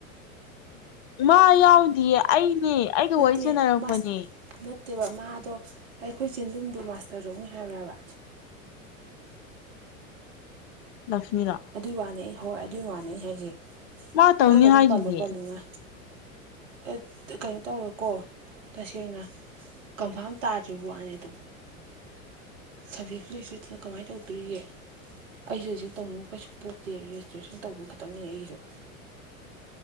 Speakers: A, on the left; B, on the right.
A: ꯎ ꯃꯥ ꯌꯥꯎꯗꯌꯦ ꯑꯩꯅꯦ ꯑꯩꯒ
B: ꯅꯠꯇꯦ
A: ꯋꯥꯔꯤ ꯁꯥꯟꯅꯔꯛꯄꯅꯦ
B: ꯃꯥꯁ ꯅꯠꯇꯦꯕ ꯃꯥꯗꯣ ꯑꯩꯈꯣꯏ ꯆꯦꯟꯗꯨꯨꯝꯗꯣ ꯃꯥꯁꯇꯔꯗꯧꯅꯤ ꯍꯥꯏꯕ꯭ꯔꯕ
A: ꯂꯁꯃꯤꯗ
B: ꯑꯗꯨꯏ ꯋꯥꯅꯤ ꯑꯩ ꯍꯣꯏ ꯑꯗꯨꯏ ꯋꯥꯅꯤ ꯍꯥꯏꯁꯦ
A: ꯃꯥ ꯇꯧꯅꯤ
B: ꯅꯪ ꯑꯗꯨꯝ
A: ꯍꯥꯏꯗꯨꯗꯤ
B: ꯄꯜꯂꯣ ꯄꯜꯂꯣꯅ ꯑꯦ ꯀꯩꯅꯣ ꯇꯧꯔꯣꯏꯀꯣ ꯇꯁꯦꯡꯅ ꯀꯟꯐꯥꯔꯝ ꯇꯥꯗ꯭ꯔꯤꯕ ꯋꯥꯅ‌ꯦ ꯗꯨ ꯁꯞꯖꯦꯛꯁꯨ ꯂꯩꯁꯨ ꯂꯩꯇꯗꯅ ꯀꯃꯥꯏꯟ ꯇꯧꯗꯣꯔꯤꯒꯦ ꯑꯩꯁꯦ ꯍꯧꯖꯤꯛ ꯇꯧꯅꯤꯡꯕ ꯀꯩꯁꯨ ꯄꯣꯛꯇꯦ ꯔꯦꯖꯤꯁꯇ꯭ꯔꯦꯁꯟ ꯇꯧꯕ ꯈꯛꯇꯪꯗꯅꯤ ꯑꯩꯒꯤꯁꯨ